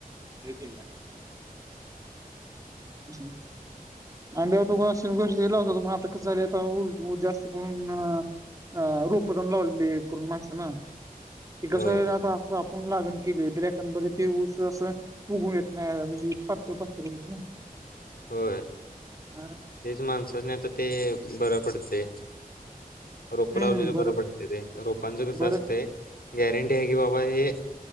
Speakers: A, on the right; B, on the left.
A: <unintelligible> हम्म. अंड्यावर तुम्हाला <unintelligible> होतो पण आता कस झालाय वैरला होता त मग <unintelligible> आता जास्त करून आ. आ रोप कमी लावलेली करून माणसंना. ते कस
B: होय
A: होईल आता आपण लागण केली तरी एखनबरी ते ऊस असं उगू येत. नाही म्हणजे पातळ पातळ येत ना.
B: होय.
A: हा.
B: तेच माणसं नाही तर, ते बरं पडते. रोप
A: हम्म
B: लावलेलं
A: बर
B: बरं पडते ते. रोपांचं कसं
A: बर
B: असतंय? गॅरंटी आहे की बाबा हे